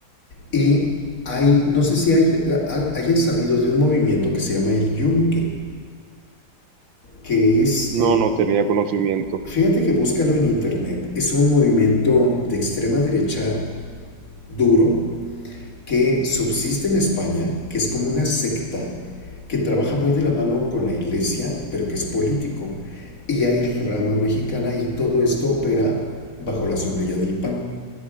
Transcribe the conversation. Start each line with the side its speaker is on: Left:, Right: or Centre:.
Left: y hay, no sé si hay, hayas sabido de un movimiento que se llama el Yunque, que es,
Right: No,
Left: eh,
Right: no tenía conocimiento.
Left: fíjate que búscalo en internet, es un movimiento de extrema derecha duro que subsiste en España, que es como una secta que trabaja muy de la mano con la iglesia, pero que es político. Y hay rama mexicana y todo esto opera bajo la sombrilla del PAN.